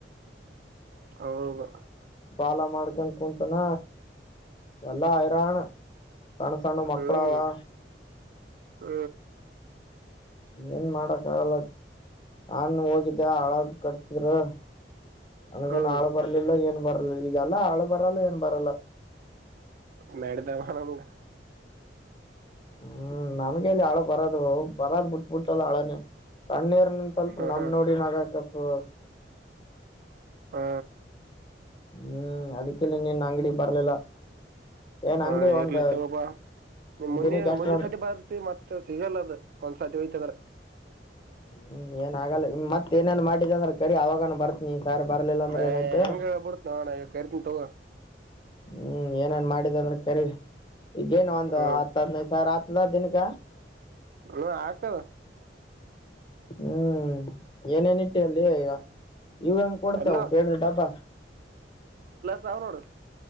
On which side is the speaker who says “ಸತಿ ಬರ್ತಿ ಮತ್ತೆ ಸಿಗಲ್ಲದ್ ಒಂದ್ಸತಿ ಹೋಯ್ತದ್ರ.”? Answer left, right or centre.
Right